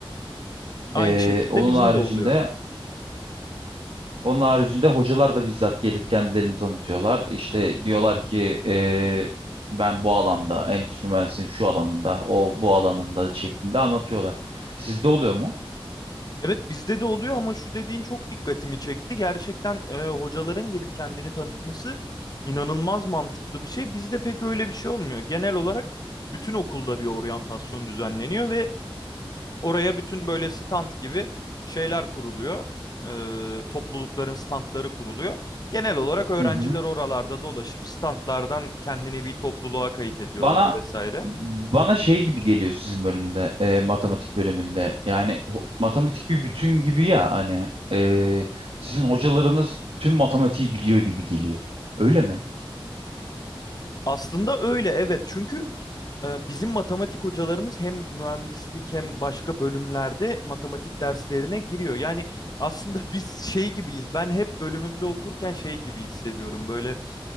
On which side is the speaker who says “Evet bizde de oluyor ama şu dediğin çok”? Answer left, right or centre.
Left